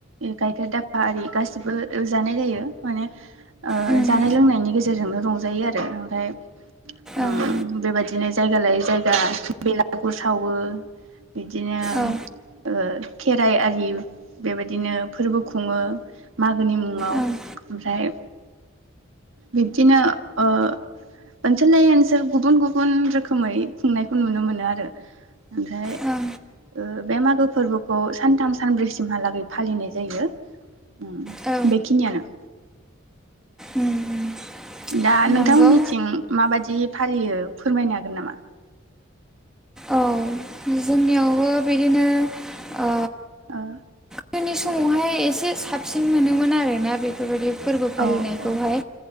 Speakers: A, on the right; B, in the centre.
A: गाइखेर दाखा आरि गास गासिबो जानाय जायो माने ओ
B: उम
A: जानाय लोंनायनि गेजेरजोंनो रंजायो आरो ओमफ्राय ओम
B: ओं
A: बेबायदिनो जायगा लायै जायगा बेलागुर सावो बिदिनो
B: औ
A: ओ खेराइ आरि बेबायदिनो फोरबो खुङो मागोनि मुङाव
B: ओं
A: ओमफ्राय बिब्दिनो ओ ओनसोल लायै ओनसोल गुबुन गुबुन रोखोमै खुंनायखौ नुनो मोनो आरो ओमफ्राय
B: ओं
A: ओ बे मागो फोरबोखौ सानथाम सानब्रैसिमहालागै फालिनाय जायो ओम
B: औ
A: बेखिनियानो
B: उम
A: दा नोंथांमोननिथिं
B: नंगौ
A: माबायदि फालियो फोरमायनो हागोन नामा
B: औ जोंनियावबो बिदिनो ओ
A: ओ
B: गोदोनि समावहाय एसे साबसिन मोनोमोन आरोना बेफोरबायदि फोरबो फालिनायखौहाय
A: ओ